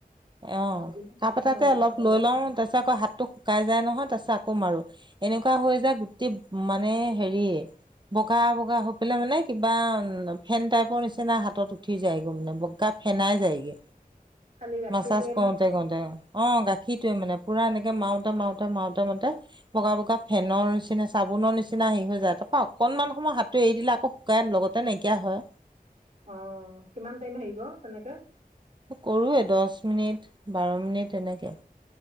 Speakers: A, on the right (about 30°); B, on the right (about 55°).
A: অ
B: দিনত
A: কাপ এটাতে
B: ন মই
A: অলপ লৈ লওঁ তাৰপিছত আকৌ হাত টো শুকাই যাই নহয় তাৰ পিছত আকৌ মাৰো এনেকুৱা হৈ যায় গুটি মানে হেৰি বগা বগা হৈ পেলাই মানে কিবা ফেন টাইপৰ নিচিনা হাতত উঠি যায়গ'ল মানে বগা ফেনাই যায়গৈ
B: খালি গাখীৰটোৱে
A: মাছছ কৰোতে
B: মানে
A: কৰোতে অ গাখীৰটোয়ে মানে পুৰা এনেকে মাউতা মউতা মাউতা মাতা বগা বগা ফেনৰ নিচিনা চাবোনৰ নিচিনা নিচনা হেৰি হৈ যায় তাৰৰা অকণমান সময় হাতটো এৰি দিলে আক শুকাই আন লগত নাইকিয়া হয়
B: অ কিমান টাইম হেৰী ক তেনেকে
A: কৰোৱে দহ মিনিট বাৰ মিনিট এনেকে